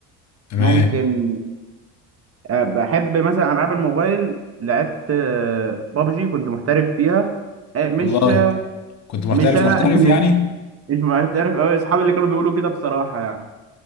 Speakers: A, on the left; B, on the right.
A: تمام
B: ممكن آه بحب مثلا العاب الموبايل لعبت آه بابجي كنت محترف فيها آه مش
A: والله كنت محترف
B: مش انا
A: محترف
B: <laughs>
A: يعني
B: مش محترف قوي اصحابي اللي كانوا بيقولوا كده بصراحه